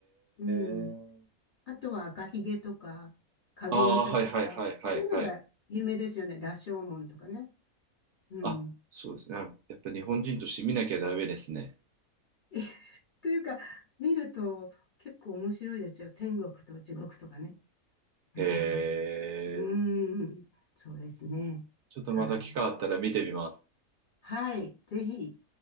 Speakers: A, on the left; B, on the right.
A: うん。
B: ー、
A: あとは赤ひげとか、影武者とか、
B: ああー、はいはいはいはいはい。
A: そういうのが有名ですよね。羅生門とかね。うん。
B: あ、そうですね。あやっぱ日本人として見なきゃダメですね。
A: えというか、見ると結構面白いですよ。天国と地獄とかね。
B: えー、
A: うん。うん。そうですね。
B: ちょっとまた機会あったら見てみます。
A: はい。はい。ぜひ。